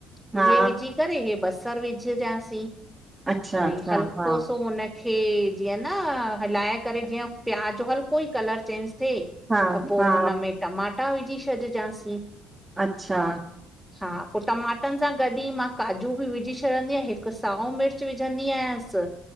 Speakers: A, in the centre; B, on the right (about 20°).
A: इहे
B: हा
A: विझी करे हे बस्सर विझजांसीं
B: अच्छा
A: वरी
B: अच्छा
A: हलको
B: हा
A: सो हुन हे जीअं न हलाए करे जीअं प्याज जो हल्को ई कलर चेंज थे
B: हा
A: त पो
B: हा
A: हुन में टमाटा विझी छॾिजांसीं।
B: अच्छा
A: हा हा पो टमाटन सां गॾु ई मां काजू बि विझी छॾंदी आहियां हिक साओ मिर्च विझंदी आयसि।